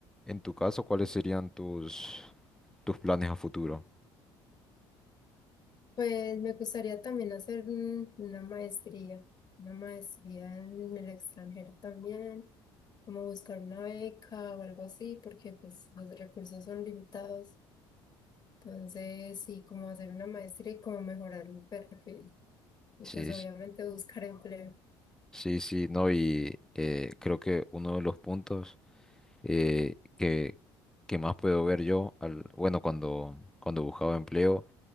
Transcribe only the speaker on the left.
Pues me gustaría también hacer un- una maestría, una maestría en el extranjero también, como buscar una beca o algo así, porque pues los recursos son limitados. Entonces, sí, como hacer una maestría y como mejorar mi perfil. Y
pues obviamente
buscar empleo.